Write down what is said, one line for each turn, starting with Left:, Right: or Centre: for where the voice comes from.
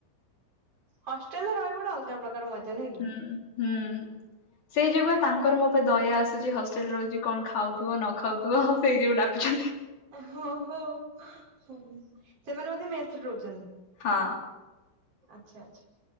Right: ହଷ୍ଟେଲ ରେ ରହିବୁ ଗୋଟେ ଅଲଗା ପ୍ରକାର ମଜା ନୁହେଁ କି।
Left: ହୁଁ ହୁଁ। ସେଇ ଯୋଗୁ ତାଙ୍କର ମୋ ଉପରେ ଦୟା ଆସୁଛି ହଷ୍ଟେଲରେ ରହୁଛି କଣ ଖାଉଥିବ ନ ଖାଉଥିବ ଆଉ ସେଇ ଯୋଗୁ ଡାକୁଛନ୍ତି।
Right: ଓହୋଃ ସେମାନେ ବୋଧେ ମେସ୍ ରେ ରହୁଛନ୍ତି?
Left: ହଁ।
Right: ଆଚ୍ଛା ଆଚ୍ଛା।